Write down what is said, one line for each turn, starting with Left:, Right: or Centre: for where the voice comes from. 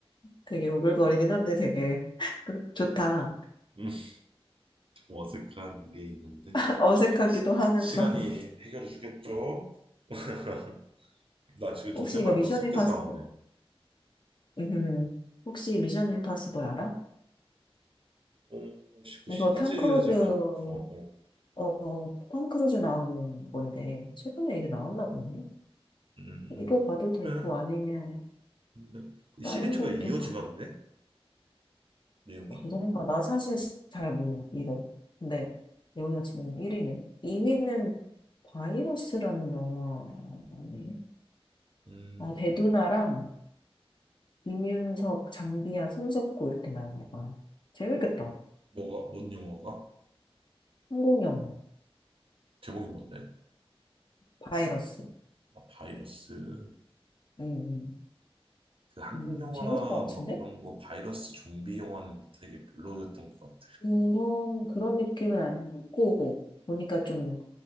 Left: 되게 오글거리긴 한데 되게 <laughs> 그- 좋다.
Right: 음, 좀 어색한 게 있는데.
Left: <laughs> 어색하기도
Right: 시,
Left: 하면서.
Right: 시간이 해결해 주겠죠? <laughs> 나 지금
Left: 혹시
Right: 존댓말도
Left: 이거 미션
Right: 섞여서
Left: 임파서블,
Right: 나오네.
Left: 음, 혹시 미션 임파서블 알아?
Right: 음, 그
Left: 이거
Right: 시리즈잖아.
Left: 탐 크루즈, 어,
Right: 어, 어.
Left: 어, 톰 크루즈 나오는 건데, 최근에 이게 나왔나 보네.
Right: 음,
Left: 이거 봐도 되고
Right: 그래.
Left: 아니면
Right: 근데 그
Left: 다른
Right: 시리즈가
Left: 것도
Right: 이어지나
Left: 봐봐.
Right: 보네? 내용이?
Left: 그런가? 나 사실 잘 몰라, 이거. 근데 여기가 지금 1위네. 이 위는 바이러스라는 영화네.
Right: 음,
Left: 아, 배두나랑 이윤석, 장비야, 손석구 이렇게 나온 거 재밌겠다.
Right: 뭐가, 뭔 영화가?
Left: 한국 영화,
Right: 제목이 뭔데?
Left: 바이러스.
Right: 아, 바이러스.
Left: 음,
Right: 그 한국
Left: 음,
Right: 영화
Left: 음, 재밌을 것 같은데?
Right: 막 그런 거 바이러스 좀비 영화는 되게 별로였던 것 같아.
Left: 그런, 그런 느낌은 아니었고, 보니까 좀,